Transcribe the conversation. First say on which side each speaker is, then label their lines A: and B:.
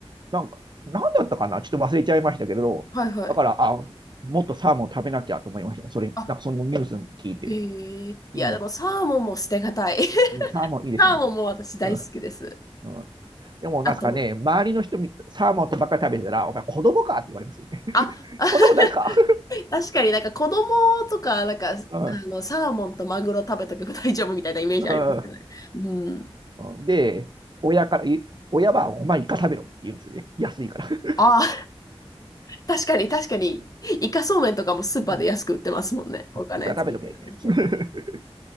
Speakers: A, on the right; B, on the left.
A: なんか、なんだったかなちょっと忘れちゃいましたけれど、
B: はいはい。
A: だから、あ、もっとサーモン食べなきゃと思いました。それ、
B: あ、
A: なんかそのニュース聞いて。
B: へえ。いや、
A: うん、
B: でもサーモンも捨てがたい。<laughs>
A: うんサーモンいいですよね。
B: サーモンも私大好きです。
A: うん、うんでも、
B: あと、
A: なんですかね、周りの人み、サーモンとばっかり食べてたら、お前子供かって言われますよね。<laughs>
B: あ、あ <laughs>
A: そんなことないですか
B: 確かになんか子供とか、なんか、あ
A: <laughs> うん、
B: の、サーモンとマグロ食べとけば大丈夫みたいなイメージありますよね。
A: うん、
B: うん。
A: うん。で、親から、い親は、お前イカ食べろって言うんですよね。安いから。<laughs>
B: ああ、確かに確かに。イカそうめんとかもスーパーで安く売ってますもんね。
A: うん、
B: 他のやつに比べると。
A: イカ食べとけって。<laughs>